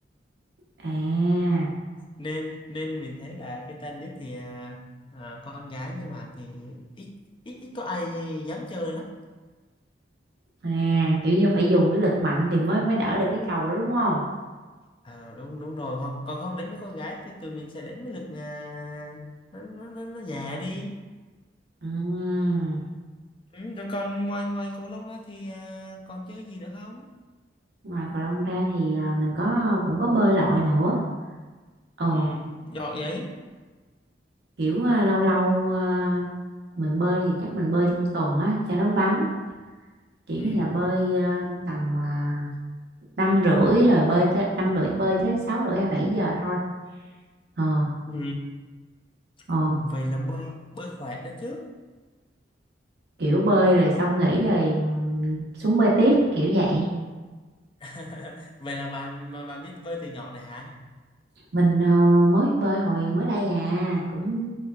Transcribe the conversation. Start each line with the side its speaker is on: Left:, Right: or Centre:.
Right: À,
Left: nên nên mình thấy là cái tennis thì à, à, con gái như bạn thì ít ít ít có ai dám chơi lắm
Right: à, kiểu như phải dùng cái lực mạnh thì mới mới đỡ được cái cầu đó đúng không?
Left: à, đúng đúng rồi hoặc còn không đánh với con gái thì tụi mình sẽ đánh với lực à, nó, nó, nó, nó nhẹ đi
Right: Ừm,
Left: ừ, rồi còn ngoài ngoài cầu lông ra thì à, còn chơi gì nữa không
Right: Ngoài cầu lông ra thì à, mình có cũng có bơi lội nữa. Ờ
Left: ừ, giỏi vậy
Right: kiểu à, lâu lâu à, mình bơi thì chắc mình bơi trong tuần á cho nó vắng kiểu
Left: ừ.
Right: như là bơi à, tầm à, năm rưỡi rồi bơi tới năm rưỡi bơi tới sáu rưỡi hay bảy giờ thôi ờ
Left: Ừ.
Right: ờ
Left: Ồ, vậy là bơi bơi khỏe đó chứ
Right: kiểu bơi rồi xong nghỉ rồi ừm, xuống bơi tiếp kiểu vậy
Left: <laughs> vậy là bạn mà bạn biết bơi từ nhỏ rồi hả
Right: mình ờ, mới bơi hồi mới đây à cũng